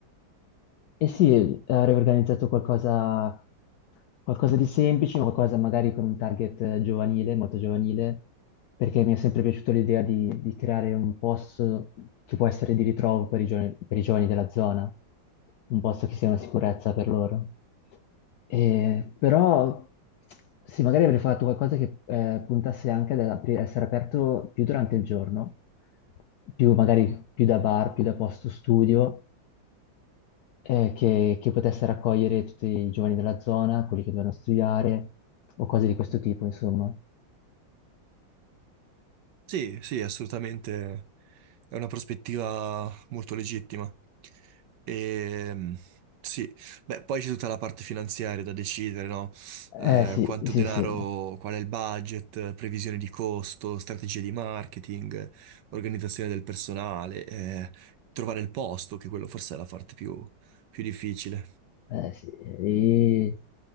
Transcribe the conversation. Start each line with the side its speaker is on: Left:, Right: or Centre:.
Left: e sì, avrei organizzato qualcosa, qualcosa di semplice, ma qualcosa magari con un target giovanile, molto giovanile, perché mi è sempre piaciuta l'idea di, di creare un posto che può essere di ritrovo per i giovani, per i giovani della zona, un posto che sia una sicurezza per loro. Eh, però sì, magari avrei fatto qualcosa che eh, puntasse anche ad apri- essere aperto più durante il giorno, più magari più da bar, più da posto studio, eh, che, che potesse raccogliere tutti i giovani della zona, quelli che dovevano studiare o cose di questo tipo, insomma.
Right: Sì, sì, assolutamente. È una prospettiva molto legittima. E, sì, beh, poi c'è tutta la parte finanziaria da decidere, no?
Left: Eh
Right: Eh,
Left: sì,
Right: quanto
Left: sì,
Right: denaro,
Left: sì.
Right: qual è il budget, previsione di costo, strategie di marketing, organizzazione del personale, eh, trovare il posto, che quello forse è la parte più, più difficile.
Left: Eh sì, lì,